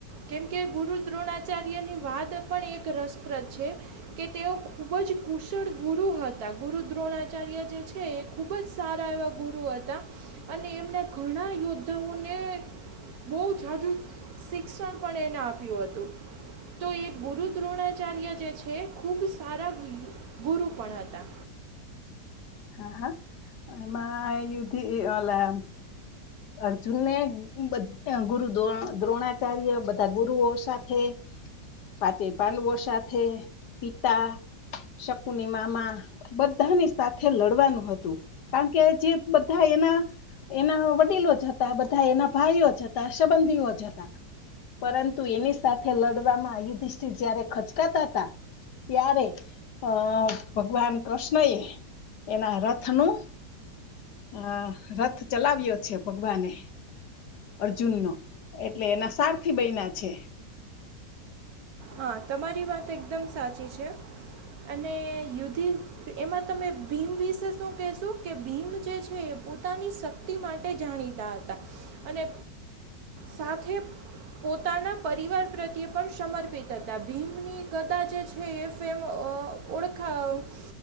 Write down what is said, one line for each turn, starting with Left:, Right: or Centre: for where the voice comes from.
Right: કેમ કે ગુરુ દ્રોણાચાર્યની વાત પણ એક રસપ્રદ છે. કે તેઓ ખુબ જ કુશળ ગુરુ હ. હતા ગુરુ દ્રોણાચાર્ય જે છે એ ખુબ જ સારા એવા ગુરુ હતા. અને એમના ઘણા યોદ્ધાઓને બહુ જ જાજુ શિક્ષણ પણ એને આપ્યું હતું. તો એ ગુરુ દ્રોણાચાર્ય જે છે ખુબ સારા ગુરુ પણ હતા
Left: હા હા એમાં યુધી ઓલા અર્જુનને બધે ગુરુ દો દ્રોણાચાર્ય બધા ગુરુઓ સાથે પાચે પાંડવો સાથે પિતા શકુની મામા બધાની સાથ થે લડવાનું હતું કારણ કે જે બધા એના એના વડીલો જ હતા બધા એના ભાઈઓ જ હતા સંબંધીઓ જ હતા પરંતુ એની સાથે લડવામાં યુધિષ્ઠિર જયારે ખચકાતા હતા. ત્યારે અ ભગવાન કૃષ્ણ એ. એના રથ નું અ રથ ચલાવ્યો છે ભગવાને અર્જુન એટલે એના સારથી બયના છે.
Right: હા તમારી વાત એકદમ સાચી છે અને યુધિ એમાં તમે ભીમ વિશે શું કહેશો કે ભીમ જે છે એ પોતાની શ. તિ માટે જાણીતા હતા અને સાથે પોતાના પરિવાર પ્રત્યે પણ સમર્પિત તથા ભીમની ગદા જે છે એ ફેમ અ ઓળખાવ